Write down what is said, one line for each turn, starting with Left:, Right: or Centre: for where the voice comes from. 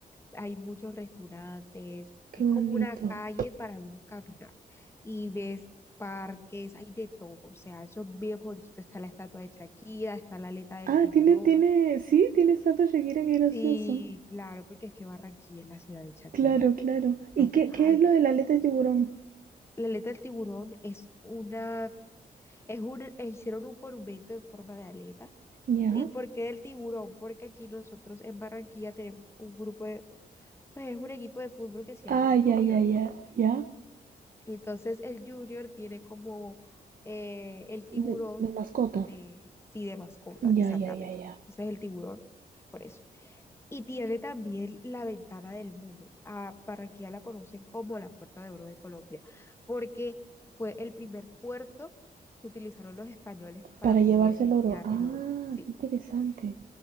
Left: hay muchos restaurantes,
Right: qué
Left: es
Right: bonito.
Left: como una calle para uno caminar y ves parques, hay de todo, o sea, eso es bien bonito, está la estatua de Shakira, está la aleta del
Right: Ah,
Left: tiburón,
Right: tiene, tiene, sí, tiene estatua Shakira, qué gracioso.
Left: sí, claro, porque es que Barranquilla es la ciudad de Shakira.
Right: Claro, claro. ¿Y qué,
Left: Tal.
Right: qué es lo de la aleta de tiburón?
Left: La aleta del tiburón es una, es un, eh, hicieron un monumento en forma de aleta.
Right: Ya.
Left: ¿Y por qué del tiburón? Porque aquí nosotros en Barranquilla tenemos un grupo de, pues es un equipo de fútbol que se
Right: Ah,
Left: llama el
Right: ya,
Left: Junior.
Right: ya, ya, ya.
Left: Y entonces el Junior tiene como eh, el tiburón
Right: De, de mascota.
Left: de, sí, de mascota,
Right: Ya,
Left: exactamente.
Right: ya, ya, ya.
Left: Entonces el tiburón es por eso. Y tiene también la ventana del mundo. A Barranquilla la conocen como la Puerta de Oro de Colombia, porque fue el primer puerto que utilizaron los españoles para
Right: Para
Left: poder
Right: llevarse
Left: enviar
Right: el oro. Ah,
Left: el oro. Sí.
Right: qué interesante.